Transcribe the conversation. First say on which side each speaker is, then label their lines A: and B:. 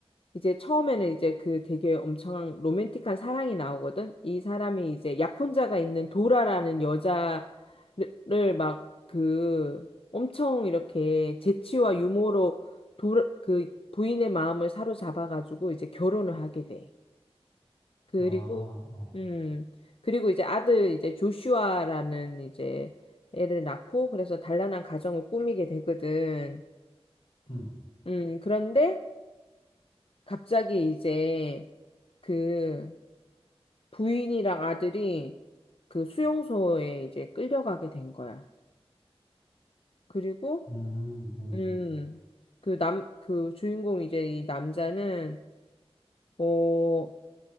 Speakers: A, on the left (about 60°); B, on the left (about 90°).
A: 이제 처음에는 이제 그 되게 엄청 로맨틱한 사랑이 나오거든? 이 사람이 이제 약혼자가 있는 도라라는 여자를 막 그 엄청 이렇게 재치와 유머로 도, 그 부인의 마음을 사로잡아가지고 이제 결혼을 하게 돼. 그리고
B: 아, 어.
A: 음 그리고 이제 아들 이제 조슈아라는 이제 애를 낳고 그래서 단란한 가정을 꾸미게 되거든.
B: 음,
A: 음 그런데 갑자기 이제 그 부인이랑 아들이 그 수용소에 이제 끌려가게 된 거야. 그리고
B: 음, 음, 음.
A: 음 그 남 그 주인공 이제 이 남자는 어